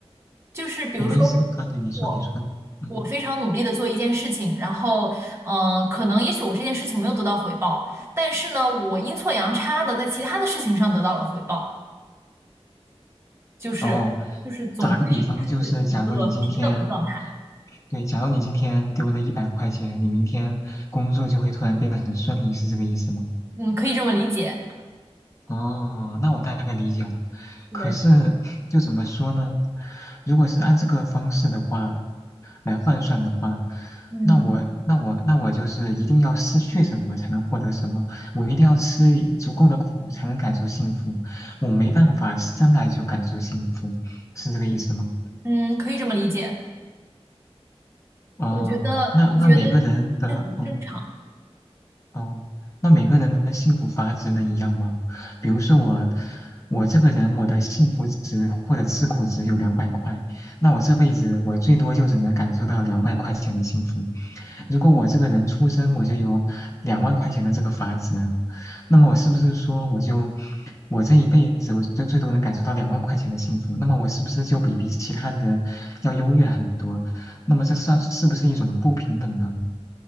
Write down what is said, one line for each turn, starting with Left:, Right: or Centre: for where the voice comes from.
Right: 就是比如说
Left: 你的意思啊？对，你说，
Right: 我。
Left: 你说，嗯，
Right: 我非常努力的做一件事情，然后，嗯、可能也许我这件事情没有得到回报，但是呢，我阴错阳差的在其他的事情上得到了回报，就是就是总归是一个平等的状态，
Left: 哦，打个比方，就是假如你今天，对，假如你今天丢了一百块钱，你明天工作就会突然变得很顺利，是这个意思吗？
Right: 嗯，可以这么理解，
Left: 哦，那我大概理解了。
Right: 对，
Left: 可是，就怎么说呢？如果是按这个方式的话，来换算的话，
Right: 嗯
Left: 那我那我那我就是一定要失去什么才能获得什么，我一定要吃足够的苦才能感受幸福，我没办法生来就感受幸福，是这个意思吗？
Right: 嗯，可以这么理解，
Left: 哦，
Right: 我觉得我觉得
Left: 那那每个人的嗯。
Right: 这很正常，
Left: 哦，那每个人的幸福阀值能一样吗？比如说我，我这个人我的幸福值或者吃苦值有两百块，那我这辈子我最多就只能感受到两百块钱的幸福。如果我这个人出生我就有两万块钱的这个阀值，那么我是不是说我就我这一辈子我就最多能感受到两万块钱的幸福？那么我是不是就比比其他人要优越很多？那么这算是不是一种不平等呢？